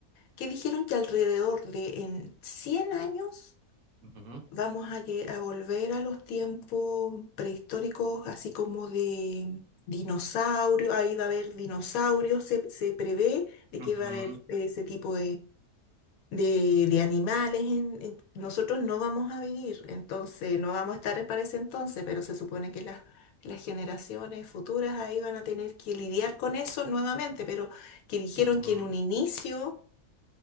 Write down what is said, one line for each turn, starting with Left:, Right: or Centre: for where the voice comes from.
Left: que dijeron que alrededor de en 100 años
Right: ujú,
Left: vamos a, lle- a volver a los tiempos prehistóricos, así como de dinosaurios, ahí va a haber dinosaurios, se, se prevé de
Right: ujú,
Left: que va a haber eh, ese tipo de, de animales, en- en- nosotros no vamos a vivir, entonces no vamos a estar para ese entonces, pero se supone que las, las generaciones futuras ahí van a tener que lidiar con eso nuevamente, pero que dijeron
Right: ujú.
Left: que en un inicio